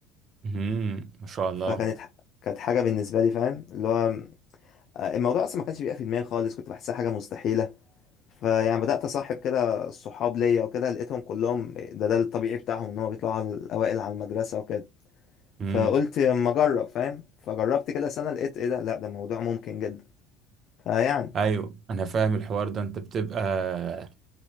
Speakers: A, on the right (about 40°); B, on the left (about 50°).
A: مم. ما شاء الله
B: فكانت ح- كانت حاجة بالنسبة لي فاهم اللي هو آه، الموضوع اصلا ما كانش بيبقى في دماغي خالص كنت بحسها حاجة مستحيلة فيعني بدأت اصاحب كده الصحاب ليا وكده لقيتهم كلهم ده ده الطبيعي بتاعهم ان هم بيطلعوا على الاوائل على المدرسة وكده
A: مم.
B: فقلت اما اجرب فاهم فجربت كده سنه لقيت ايه ده لا ده موضوع ممكن جدا فيعني
A: ايوه انا فاهم الحوار ده انت بتبقى